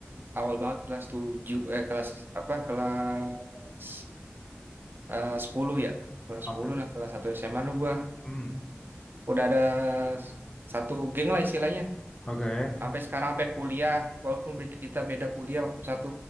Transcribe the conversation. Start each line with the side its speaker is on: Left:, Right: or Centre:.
Right: awal banget kelas 7, eh kelas apa kelas eh 10 ya kelas
Left: Oke.
Right: 10 lah kelas 1 SMA lu gua
Left: Hmm.
Right: udah ada s- satu geng lah istilahnya
Left: Oke.
Right: sampai sekarang sampai kuliah walaupun be- kita beda kuliah waktu satu